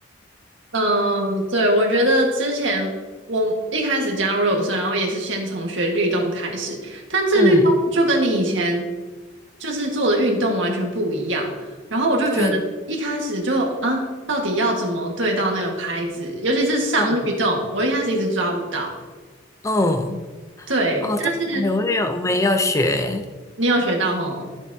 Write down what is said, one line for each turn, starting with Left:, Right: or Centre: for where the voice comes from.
Right: 嗯，对，我觉得之前我一开始加入热舞社，然后也是先从学律动开始，但这律动就跟你以前
Left: 嗯，
Right: 就是做的运动完全不一样。然后我就觉得一开始就啊，
Left: 对，
Right: 到底要怎么对到那个拍子，尤其是上律动，
Left: 嗯
Right: 我一开始一直抓不到。
Left: 嗯，
Right: 对，
Left: 哦，
Right: 但是
Left: 对，哎我也有，我们也有学，
Right: 你有学到吼？